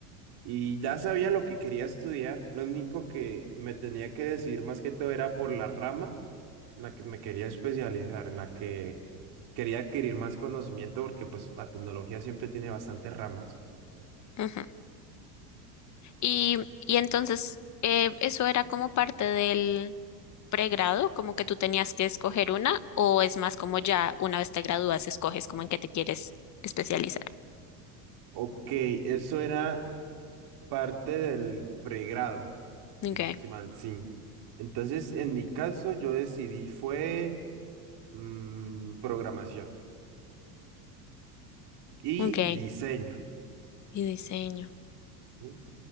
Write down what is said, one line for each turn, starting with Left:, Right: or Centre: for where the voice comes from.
Right: Y ya sabía lo que quería estudiar, lo único que me tenía que decidir más que todo era por la rama en la que me quería especializar, en la que quería adquirir más conocimiento porque pues la tecnología siempre tiene bastantes ramas.
Left: Ujú. Y, y entonces, eh, eso era como parte del, pregrado, como que tú tenías que escoger una, o es más como ya una vez te gradúas, escoges como en qué te quieres especializar.
Right: Ok, eso era parte del pregrado, si
Left: Okay,
Right: no estoy mal, sí. Entonces, en mi caso, yo decidí fue mm, programación y
Left: okay.
Right: diseño,
Left: Y diseño.
Right: ¿no?